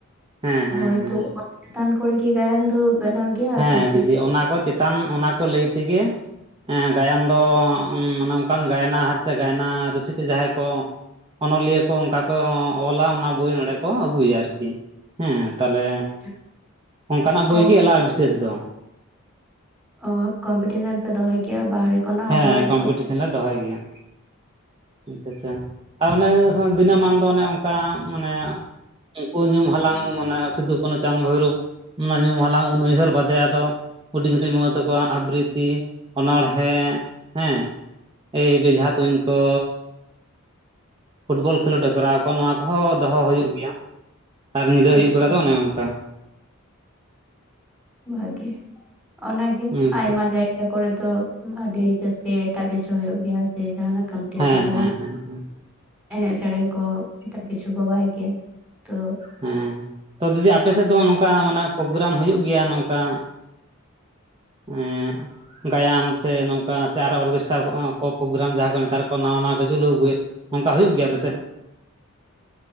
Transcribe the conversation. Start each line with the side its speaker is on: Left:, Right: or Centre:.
Right: ᱦᱮᱸ ᱦᱮᱸ
Centre: ᱦᱳᱭ
Right: ᱦᱮᱸ
Centre: ᱛᱚ ᱚᱱᱟ ᱪᱮᱛᱟᱱ ᱠᱚᱨᱮ ᱜᱮ ᱜᱟᱭᱟᱱ ᱫᱚ ᱵᱮᱱᱟᱣ ᱜᱮᱭᱟ
Right: ᱦᱮᱸ
Centre: ᱟᱯᱮ ᱥᱮ
Right: ᱫᱤᱫᱤ ᱚᱱᱟ ᱠᱚ ᱪᱮᱛᱟᱱ ᱚᱱᱟ ᱠᱚ ᱞᱟᱹᱭ ᱛᱮᱜᱮ ᱦᱮᱸ ᱜᱟᱭᱟᱱ ᱫᱚ ᱟᱱᱮ ᱚᱱᱠᱟᱱ ᱜᱟᱭᱱᱟᱦᱟᱨ ᱥᱮ, ᱜᱟᱭᱱᱟ ᱨᱩᱥᱤᱠᱟ ᱡᱟᱦᱟᱸᱭ ᱠᱚ ᱚᱱᱚᱞᱤᱭᱟᱹ ᱠᱚ ᱚᱱᱠᱟ ᱠᱚ ᱚᱞᱟ ᱚᱱᱟ ᱵᱳᱭ ᱱᱚᱸᱰᱮ ᱠᱚ ᱟᱹᱜᱩᱭᱟ ᱟᱨᱠᱤ᱾ ᱦᱮᱸ ᱛᱟᱦᱚᱞᱮ
Centre: <inaudible>
Right: ᱚᱱᱠᱟᱱᱟᱜ ᱵᱳᱭ
Centre: ᱚ
Right: ᱜᱮ ᱮᱞᱟᱜᱼᱟ ᱵᱤᱥᱮᱥ ᱫᱚ᱾
Centre: ᱚ ᱠᱚᱢᱯᱤᱴᱤᱥᱚᱱ ᱯᱮ ᱫᱚᱦᱚᱭ ᱠᱮᱭᱟ ᱵᱟᱦᱨᱮ ᱠᱷᱚᱱᱟᱜ
Right: ᱦᱮᱸ
Centre: ᱦᱚᱲ
Right: ᱠᱚᱢᱯᱤᱴᱤᱥᱚᱱ
Centre: ᱠᱚ
Right: ᱞᱮ ᱫᱚᱦᱚᱭ ᱜᱮᱭᱟ, ᱟᱪᱪᱷᱟ ᱟᱪᱪᱷᱟ᱾ ᱟᱨ ᱚᱱᱮ ᱫᱤᱱᱟᱹᱢᱟᱱ ᱫᱚ ᱚᱱᱮ ᱚᱱᱠᱟ, ᱢᱟᱱᱮ ᱩᱱᱠᱩ ᱧᱩᱢ ᱦᱟᱞᱟᱝ ᱢᱟᱱᱮ ᱥᱤᱫᱩ ᱠᱟᱹᱱᱦᱩ ᱪᱟᱸᱫᱽ ᱵᱷᱳᱭᱨᱳᱵᱽ᱾ ᱚᱱᱟ ᱧᱩ ᱦᱟᱞᱟᱝ ᱩᱱ ᱩᱭᱦᱟᱹᱨ ᱵᱟᱫᱮ ᱟᱫᱚ ᱦᱩᱰᱤᱧ ᱦᱩᱰᱤᱧ ᱢ ᱛᱟᱠᱚᱣᱟ ᱟᱵᱨᱤᱛᱤ ᱚᱱᱚᱬᱦᱮᱸ ᱦᱮᱸ ᱮᱭ ᱵᱮᱡᱷᱟ ᱛᱩᱧ ᱠᱚ, ᱯᱷᱩᱴᱵᱚᱞ ᱠᱷᱮᱞᱳᱰ ᱦᱮᱯᱨᱟᱣ ᱠᱚ ᱱᱚᱣᱟ ᱠᱚᱦᱚᱸ ᱫᱚᱦᱚ ᱦᱩᱭᱩᱜ ᱜᱮᱭᱟ᱾ ᱟᱨ ᱧᱤᱫᱟᱹ ᱟᱹᱭᱩᱵ
Centre: ᱟᱪᱪᱷᱟ
Right: ᱵᱮᱲᱟ ᱫᱚ ᱚᱱᱮ ᱚᱱᱠᱟ᱾
Centre: ᱵᱷᱟᱜᱤ ᱚᱱᱟᱜᱮ
Right: ᱟᱪᱪᱷᱟ
Centre: ᱟᱭᱢᱟ ᱡᱟᱭᱜᱟ ᱠᱚᱨᱮ ᱫᱚ ᱟᱹᱰᱤ ᱡᱟᱹᱥᱛᱤ ᱮᱴᱟᱜ ᱠᱤᱪᱷᱩ ᱦᱩᱭᱩᱜᱳᱜ ᱜᱮᱭᱟ᱾ᱡᱮ ᱡᱟᱦᱟᱱᱟᱜ ᱠᱚᱢᱯᱤᱴᱤᱥᱱ
Right: ᱦᱮᱸ
Centre: ᱡᱮᱢᱚᱱ
Right: ᱦᱮᱸ ᱦᱮᱸ ᱦᱮᱸ
Centre: ᱮᱱᱮᱡ ᱥᱮᱨᱮᱧ ᱠᱚ ᱮᱴᱟᱜ ᱠᱤᱪᱷᱩ ᱠᱚ ᱵᱟᱭ ᱜᱮᱭᱟ ᱛᱚᱼᱼ
Right: ᱦᱮᱸ ᱛᱚ ᱫᱤᱫᱤ ᱟᱯᱮᱥᱮᱫ ᱫᱚ ᱱᱚᱝᱠᱟ ᱢᱟᱱᱮ ᱯᱨᱳᱜᱨᱟᱢ ᱦᱩᱭᱩᱜ ᱜᱮᱭᱟ? ᱱᱚᱝᱠᱟ? ᱮᱻ ᱜᱟᱭᱟᱱ ᱥᱮ ᱱᱚᱝᱠᱟ ᱥᱮ ᱟᱨᱚ ᱚᱨᱠᱮᱥᱴᱟᱨ ᱠᱚ ᱯᱨᱳᱜᱨᱟᱢ ᱡᱟᱦᱟᱸ ᱠᱚ ᱱᱮᱛᱟᱨ ᱠᱚ ᱱᱟᱣᱟ ᱱᱟᱣᱟ ᱠᱚ ᱪᱟᱹᱞᱩ ᱟᱹᱜᱩᱭᱮᱫ? ᱚᱱᱠᱟ ᱦᱩᱭᱩᱜ ᱜᱮᱭᱟ ᱟᱯᱮᱥᱮᱫ?